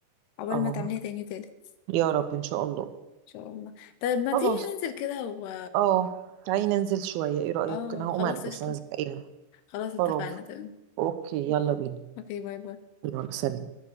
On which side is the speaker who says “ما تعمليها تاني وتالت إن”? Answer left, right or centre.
Left